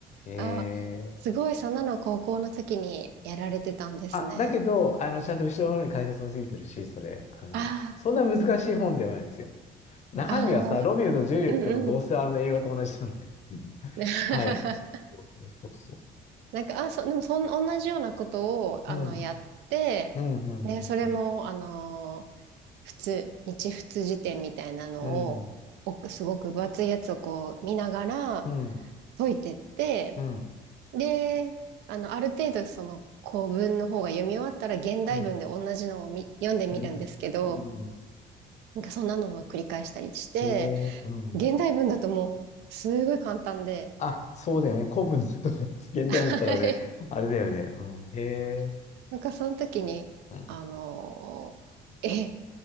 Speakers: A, on the left (about 40°); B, on the right (about 85°).
A: う。えー。
B: あ、すごい、そんなの高校の時にやられてたんですね。
A: あ、だけど、あの、ちゃんと後ろの方に解説もついてるし、それ、あの、
B: あ
A: そんな難しい本ではないですよ。中身はさ、
B: あ、ああ、
A: ロミオとジュリエットのどうせあの映画と同じなんだっていう。
B: うんうん。
A: <laughs>
B: <laughs>
A: はい。そうそうそうそ
B: なんか、あ、そ、でもそん、同じようなことを、
A: う。
B: あの、
A: うん。
B: やって、
A: うん、うん、
B: で、それも、
A: うん、
B: あの普通、日仏辞典みたいなのを、
A: うん。
B: おすごく分厚いやつをこう見ながら
A: うん、
B: 解いてって、
A: うん、
B: で、あの、ある程度その古文の方が読み終わったら現代文で同じのをみ読んでみるんですけど、
A: うん、うん。うん
B: なんかそんなのを繰り返したりして、
A: へえ、うん。
B: 現代文だともうすごい簡単で、
A: あ、そうだよね。古文とか、現代文だったらね、
B: はい。
A: あれだよね。うん。へえ、
B: <laughs> なんかその時に、
A: うん、
B: あのーえ、